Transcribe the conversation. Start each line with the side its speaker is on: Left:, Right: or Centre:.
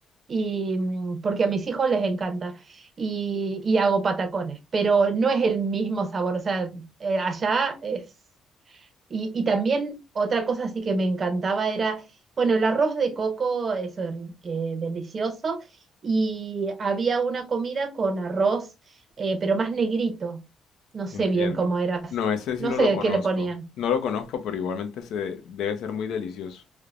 Right: y mm, porque a mis hijos les encanta y, y hago patacones, pero no es el mismo sabor, o sea, eh, allá es... Y, y también otra cosa así que me encantaba era, bueno, el arroz de coco eso eh, delicioso y había una comida con arroz, eh, pero más negrito, no sé
Left: Entiendo.
Right: bien cómo era,
Left: No, ese sí
Right: no
Left: no
Right: sé
Left: lo
Right: de
Left: conozco.
Right: qué le ponían,
Left: No lo conozco, pero igualmente se debe ser muy delicioso.